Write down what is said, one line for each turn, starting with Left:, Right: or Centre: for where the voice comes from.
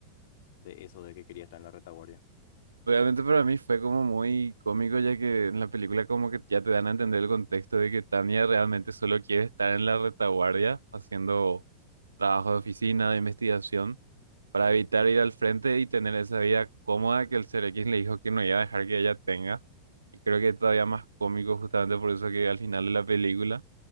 Left: de eso, de que quería estar en la retaguardia?
Right: Realmente para mí fue como muy cómico ya que en la película como que ya te dan a entender el contexto de que Tania realmente solo quiere estar en la retaguardia haciendo trabajo de oficina, de investigación, para evitar ir al frente y tener esa vida cómoda que el Ser X le dijo que no iba a dejar que ella tenga. Y creo que es todavía más cómico justamente por eso que al final de la película